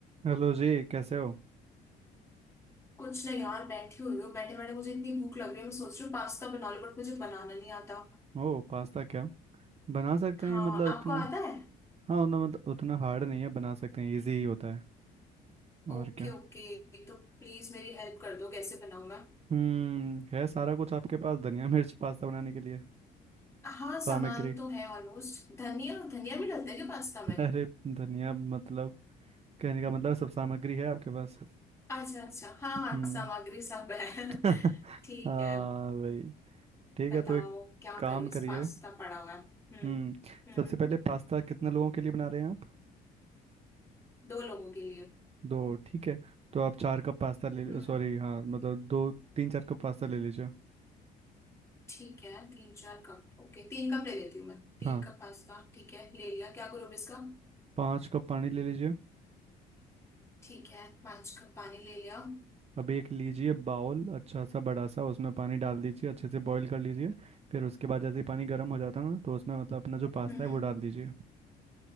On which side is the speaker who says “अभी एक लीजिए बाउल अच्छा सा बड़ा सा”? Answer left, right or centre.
Right